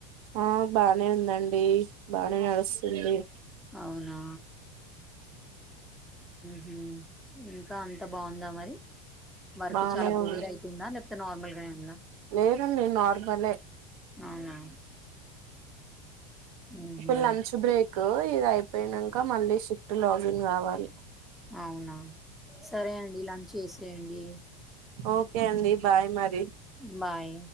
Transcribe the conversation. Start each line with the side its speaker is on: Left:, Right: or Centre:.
Right: ఆ బానే ఉందండి. బానే నడుస్తుంది.
Centre: అవునా హ్ మ్ ఇంకా అంత బాగుందా మరి వర్క్
Right: బానే
Centre: చాలా
Right: ఉం
Centre: ప్రెజర్ అయితుందా లేకపోతే నార్మల్ గానే ఉందా
Right: లేదండి నార్మలే
Centre: అవునా ఉహు
Right: ఇప్పుడు లంచ్ బ్రేక్ ఇది అయిపోయినంక మళ్ళీ షిఫ్ట్ లాగిన్ కావాలి.
Centre: అవునా సరే అండి లంచ్ ఏసేయండి.
Right: ఓకే అండి బాయ్ మర్
Centre: బాయ్